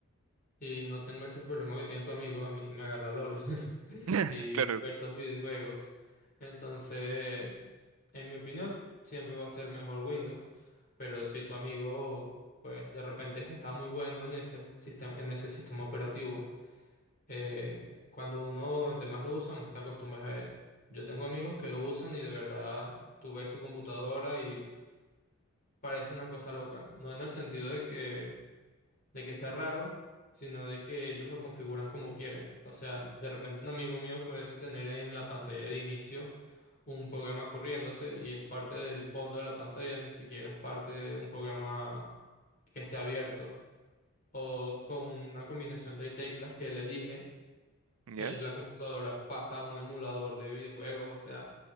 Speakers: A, on the left; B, on the right.
A: Y no tengo ese problema que tiene tu amigo, a mí sí me agarra LOL <laughs>
B: <laughs>
A: y
B: Claro,
A: diversos videojuegos. Entonces, en mi opinión, siempre va a ser mejor Windows, pero si tu amigo, pues de repente es que está muy bueno en este sistema, en ese sistema operativo, eh, cuando uno entre más lo usa, más te acostumbras a él. Yo tengo amigos que lo usan y de verdad tú ves su computadora y parece una cosa loca, no en el sentido de que de que sea raro, sino de que ellos lo configuran como quieren. O sea, de repente un amigo mío puede tener en la pantalla de inicio un programa corriéndose y es parte del fondo de la pantalla, ni siquiera es parte de un programa que esté abierto. O con una combinación de teclas que él elige,
B: ¿ya?
A: eh, la computadora pasa a un emulador de videojuegos, o sea,